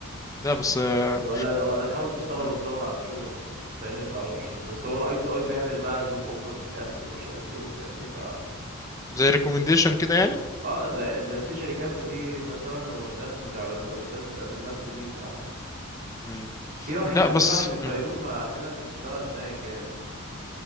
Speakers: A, on the left; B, on the right.
A: لا بس آه،
B: بس ولا ولا تحاول تشتغل
A: مم.
B: وتدور على شغل فاهمني متعرفش بس هو الاي تي اي بيعمل
A: مم.
B: بقى جوب اوفر في الاخر ومش عارف ايه فاهمني ف
A: زي ريكومنديشن كده يعني
B: اه زي انت في شركات بتيجي مثلا والناس بتعرض الناس بتقدم لها السي في بتاعها
A: امم
B: في واحد
A: لا بس
B: في واحد من الفيوم عندنا بتشتغل هناك يعني